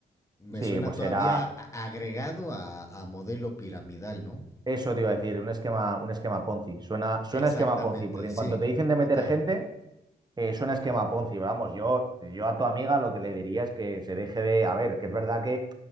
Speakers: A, on the left (about 15°); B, on the right (about 25°).
A: Me
B: Sí,
A: suena
B: pues
A: todavía
B: será
A: a- agregado a, a modelo piramidal, ¿no?
B: eso, te iba a decir, un esquema, un esquema Ponzi. Suena, suena
A: Exactamente,
B: a esquema Ponzi, porque en
A: sí,
B: cuanto te dicen de
A: total.
B: meter gente Eh, suena esquema
A: Ujú.
B: Ponzi, pero vamos, yo, yo a tu amiga lo que le diría es que se deje de, a ver, que es verdad que